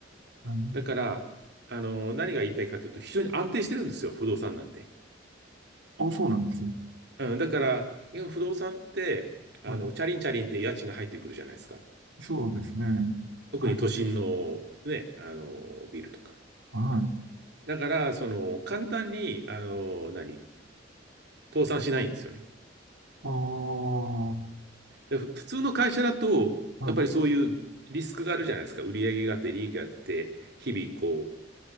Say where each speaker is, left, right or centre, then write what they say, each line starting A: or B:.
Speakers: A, on the right (about 85°); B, on the right (about 60°).
A: はい。
B: だから、あの、何が言いたいかというと、非常に安定してるんですよ、不動産なんで。
A: あ、そうなんですよ。
B: うん、だから、いや不動産って、あの、
A: はい。
B: チャリンチャリンって家賃が入ってくるじゃないですか。
A: そうですね。
B: 特に都心のね、
A: はい、
B: あの、ビルとか。
A: はい。
B: だから、その、簡単に、あの、何、倒産しないんですよね。
A: ああ、
B: でふ普通の会社だと、
A: はい、
B: やっぱりそういうリスクがあるじゃないですか。売上があって、利益が出て、日々こう、